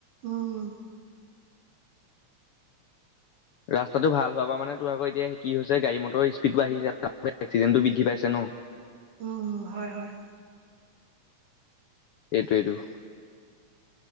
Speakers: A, on the right; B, on the left.
A: উম
B: ৰাস্তাটো ভাল হোৱাৰ পৰা মানে তোৰ আকৌ এতিয়া কি হৈছে গাড়ী মটৰ স্পীডটো আহিছে এস্কিণ্ডেটো বৃদ্ধি পাইছে ন।
A: উম হয় হয়।
B: এইটোৱেটো।